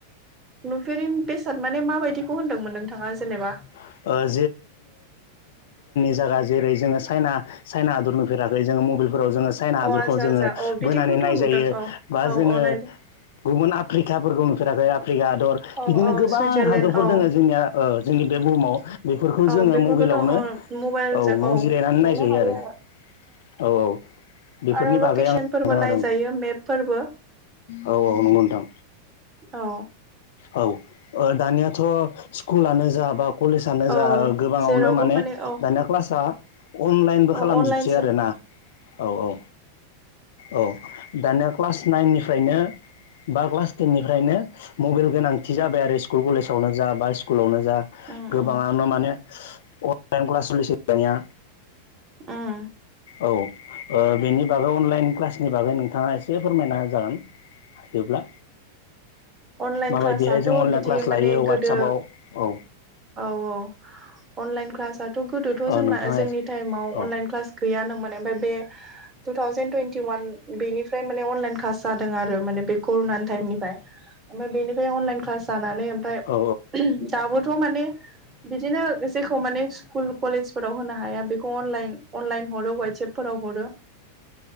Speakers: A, on the right (about 20°); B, on the left (about 55°).
A: नुफेरि बेसाद माने माबायदिखौ होनदोंमोन नोंथाङा जेनेबा
B: ओ जागा जेरै जोङो चायना चायना हादर नुफैेराखै जोबग मबाइ फोराव जोङो सायना
A: अ
B: हादरखौ
A: आदसा
B: जोङो
A: आदसा औ बिदिखौथ'
B: बोनानै नायजायो
A: नुदों औ
B: बा
A: औ
B: जोङो
A: औ नायदों
B: गुबुन आफ्रिकाफोरखौ नुफेराखै आं फ्रिका हादर
A: औ
B: बिदिनो
A: औ
B: गोबां
A: सुइजारलेण्ड
B: हादरफोर
A: औ
B: दङ जोंनिया ओ जोंनि बे बुहुमाव बेफोरखौ
A: औ
B: जोङो
A: बेफोरखौथ'
B: मब़ऽलावनो
A: औ मबाइलजों
B: औ न' जिरायनानै
A: नुनो
B: नायजायो
A: हायो
B: आरो औ औ बेफोरनि
A: आरो
B: बागै
A: लकेसनफोरबो
B: आं सानदों
A: नायजायो
B: आरो
A: मेपफोरबो
B: औ औ नंगौ नोंथां
A: औ
B: औ ओ दानियाथ' स्कुलानो जा बा कलेजानो
A: औ
B: जा गोबाङावनो
A: जेरावबो
B: माने
A: औ
B: दानिया क्लास आ <unintelligible> अनलाइनबो
A: औ
B: खालामजोबसै
A: अनलाइनसो
B: आरोना औ औ औ दानिया क्लास नाइननिफ्रायनो बा क्लास टेननि ओमफ्रायनो मबाइल गोनांथि जाबाय आरो स्कुल कलेजावनो जा बा स्कुलावनो जा गोबाङानो
A: उम उम
B: माने अनलाइन क्लास <unintelligible> दानिया
A: उम
B: औ बेनि बागै अनलाइन क्लास नि बागै नोंथाङा एसे फोरमायना होजागोन, हायोब्ला।
A: अनलाइन
B: माबायदिहाय
A: क्लासाथ'
B: जों अनलाइन
A: बिदि
B: क्लास लायो,
A: माने गोदो
B: वाटसापआव, औ।
A: औ औ अनलाइन क्लासाथ' गोदोथ'
B: ओ
A: जोंना
B: नोंथाङा
A: जोंनि टाइमाव अनलाइन
B: औ
A: क्लास गैयानोमोन। मोन, ओमफ्राय बे तु थावजेन तुइनति वान, बेनिफ्राय माने अनलाइन क्लास जादों आरो। बेखौ नान ताइमनिफ्राय, ओमफ्राय बिनिफ्राय अनलाइन क्लास जानानै ओमफ्राय,
B: औ
A: दाबो थ माने बिदिनो जेखौ माने स्कुल कलेजफोराव होनो हाया बेखौ अनलाइन अनलाइन हरो वाटसएपफोराव। औ हरो।